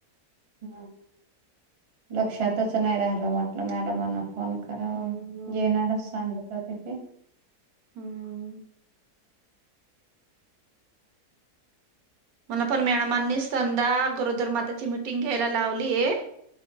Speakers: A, on the right; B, on the right.
A: ह लक्षातच नाही राहिलं म्हटलं मॅडमांना फोन करा
B: हम्म,
A: येणारच सांगत तिथे
B: हम्म मला पण मॅडमांनी संंदा गोरोदर माताची मिटिंग घ्यायला लावलीय.